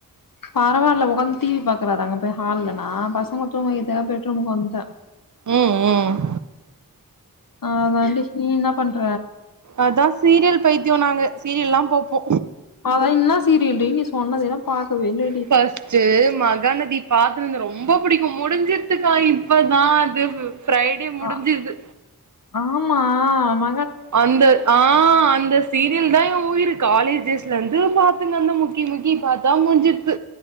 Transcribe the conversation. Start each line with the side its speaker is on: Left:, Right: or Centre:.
Left: பரவாயில்ல உட்கந்து டி வி பாக்குறாரு அங்க போய் ஹால்ல நா பசங்க தூங்க வைக்கதுக்காக பெட்ரூமுக்கு வந்துட்ட
Right: ம் ம்
Left: அதாண்டி நீ என்ன பண்ற
Right: அதான் சீரியல் பைத்தியோ நாங்க சீரியல்லா பாப்போ
Left: அதா என்ன சீரியல்டி நீ சொன்னதே தா பாக்கவே இல்ல
Right: <unintelligible> மகாநதி பாத்துனுந்த ரொம்ப பிடிக்கும் முடிஞ்சித்துக்கா இப்பதா அது ஃப்ரைடே முடிஞ்சுது
Left: ஆ ஆமா ம
Right: அந்த ஆ அந்த சீரியல் தா என் உயிரு காலேஜ் டேஸ்லந்து பாத்துன்னுருந்தே முக்கி முக்கி பாத்தா முடிஞ்சித்து